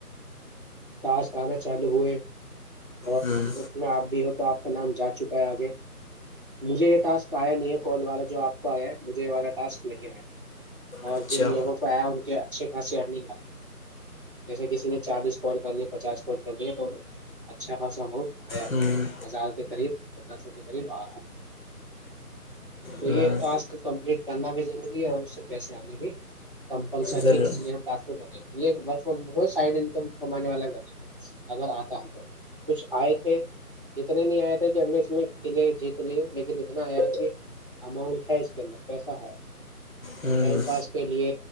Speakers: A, on the right (about 35°); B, on the left (about 60°).
A: ٹاسک انا چالو ہوئے اور
B: ہوں
A: اس میں آپ بھی ہو تو آپ کا نام جا چکا ہے آگے مجھے یہ ٹسک آیا نہیں ہے کال والا جو آپ کا آیا مجھے یہ والا ٹاسک نہیں آیا اور
B: اچھا
A: جن لوگوں کو آیا ان کے اچھے خاصی ارگ آ جیسے کسی نے چالیس کال کر لی پچاس کال کرے توے اچھا خاصہ اماؤنٹ
B: ہوں
A: ہزار قریب پندرہ سو کے قریب آ رہا ہے تو
B: ہوں
A: یہ ٹاسک کمپلیٹ کرنا بھی ضروری ہے اور اس سے پیسے آنے بھی کمپلسری
B: ضرور
A: ہے اس لیے ہم ٹاسک کو کر رہے ہیں یہ ب وہ سائڈ انکم کمانے والا ذریعہ ہے اگر آتا ہے تو کچھ آئے تھے اتنے نہیں آئے تھے کہ ہم نے اس میں کلے جیت لی لیکن اتنا آیا ہے کہ اماؤنٹ ہے اس کے اندر پیسا ہے
B: ہوں
A: ٹائم پاس کے لیے